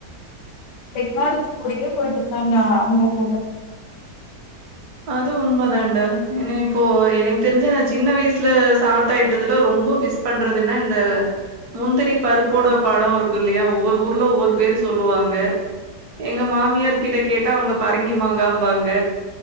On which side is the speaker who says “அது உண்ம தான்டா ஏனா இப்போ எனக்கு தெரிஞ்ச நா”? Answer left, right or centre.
Right